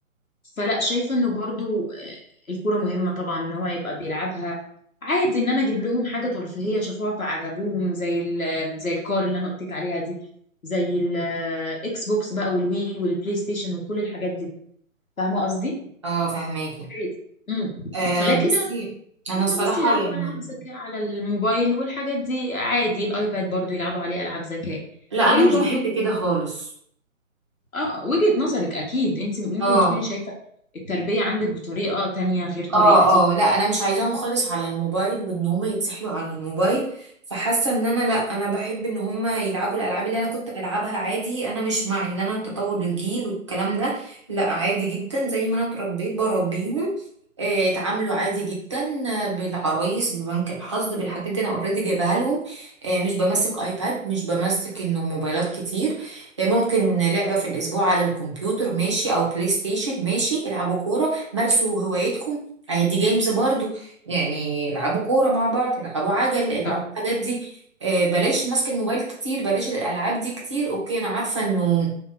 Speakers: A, on the left; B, on the right.
A: فلا شايفه انه برضو آه، الكوره مهمه طبعا ان هو يبقى بيلعبها عادي ان انا اجيب لهم حاجه ترفيهيه شافوها فعجبوهم زي ال- زي الكار اللي انا قلت لك عليها دي زي الاكس بوكس بقى والوي والبلاي ستيشن وكل الحاجات دي فاهمه قصدي
B: اه فهماكي
A: عادي امم
B: آه
A: لكن
B: بصي انا
A: هم
B: الصراحه
A: بس يلعبوا
B: يعني
A: العاب ذكاء على الموبايل والحاجات دي عادي الايباد برضو يلعبوا عليه العاب ذكاء
B: لا
A: فقولي
B: انا مش
A: لي
B: بحب
A: برضو
B: كده خالص
A: اه وجهة نظرك اكيد انت ممكن
B: اه
A: تكوني شايفه التربيه عندك بطريقه تانية غير
B: اه
A: طريقتي
B: اه لا انا مش عايزاهم خالص على الموبايل وان هم يتسحلوا على الموبايل فحاسه ان انا لا انا بحب ان هم يلعبوا الالعاب اللي انا كنت بلعبها عادي انا مش مع ان انا تطور الجيل والكلام ده لا عادي جدا زي ما انا اتربيت بربيهم آه، اتعاملوا عادي جدا آه، بالعرايس ببنك الحظ بالحاجات دي انا اوريدي جايبها لهم آه، مش بمسك ايباد مش بمسك انه موبايلات كتير آه، ممكن لعبه في الاسبوع على الكمبيوتر ماشي او بلاي ستيشن ماشي العبوا كوره مارسوا هوايتكم اهي دي جيمز برضو يعني العبوا كورة مع بعض العبوا عجل العبوا
A: صح
B: الحاجات دي آه، بلاش ماسك الموبايل كتير بلاش الالعاب دي كتير اوكي انا عارفة انه